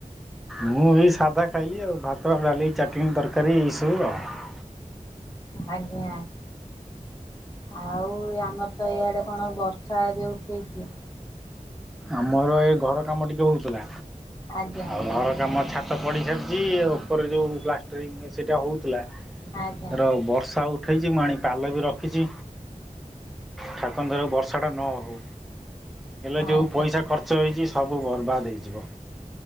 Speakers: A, in the centre; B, on the left (about 30°).
A: ମୁଁ ଏଇ ସାଧା ଖାଇଲି ଆଉ ଭାତ ଡାଲି ଚାଟଣି ତରକାରୀ ଏଇ ସବୁ ଆଉ
B: ଆଜ୍ଞା। ଆଉ ୟାମର ତ ଏଇଆଡ଼େ କଣ ବର୍ଷା ଏବେ ଉଠେଇଛି
A: ଆମର ଏ ଘର କାମ ଟିକେ ହଉଥିଲା
B: ଆଜ୍ଞା
A: ଆଉ ଘର କାମ ଛା ତ ପଡ଼ି ସାରିଛି ଉପରେ ଯୋଉ ପ୍ଲାଷ୍ଟରିଙ୍ଗ ସେଇଟା ହଉଥିଲା
B: ଆଜ୍ଞା।
A: ର ବର୍ଷା ଉ ଠେଇଛି ମୁଁ ଆଣି ପାଲ ବି ରଖିଛି ଠାକୁରଙ୍କ ଦୟାରୁ ବର୍ଷା ଟା ନ ହଉ ହେଲେ ଯୋଉ
B: ଆଜ୍ଞା
A: ଇସା ଖର୍ଚ୍ଚ ହେଇଛି ସବୁ ବର୍ବାଦ ହେଇଯିବ।